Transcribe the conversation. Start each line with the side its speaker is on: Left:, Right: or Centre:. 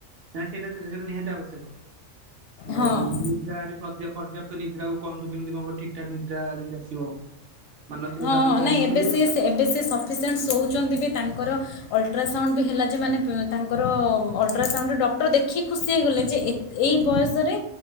Right: ନା ସେଇଟା ସେଇଟା ନିହାତି ଆବଶ୍ୟକ
Left: ହଁ
Right: ଆଉ ନିଦ୍ରରେ ପ ପ୍ରଯ୍ୟାପ୍ତ ନିଦ୍ରା କମ କେମିତି କଣ ଠିକଠାକ ନିଦ୍ରା ଯେମିତି ଆସିବ। ମାନସିକ
Left: ହଁ,
Right: ଚାପ
Left: ହଁ,
Right: କମ୍
Left: ନାଇଁ
Right: ପଡ଼ିବ
Left: ଏବେ ସେ ଏବେ ସେ ସଫିସେଣ୍ଟ ଶୋଉଛନ୍ତି ବି ତାଙ୍କର ଅଲଟ୍ରାସାଉଣ୍ଡ ବି ହେଲା ଯେ ମାନେ ତାଙ୍କର ଅଲଟ୍ରାସାଉଣ୍ଡରେ ଡକ୍ଟର ଦେଖିକି ଖୁସି ହେଇଗଲେ ଯେ ଏ ଏଇ ବୟସରେ